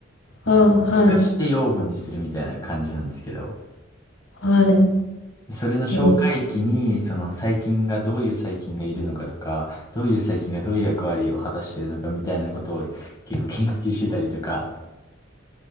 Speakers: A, on the left; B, on the left.
A: あ、はい。
B: 溶かして養分にするみたいな感じなんですけど。
A: はい。
B: それの紹介期に、
A: えー、
B: その細菌がどういう細菌がいるのかとか、どういう細菌がどういう役割を果たしているのかみたいなことを結構研究してたりとか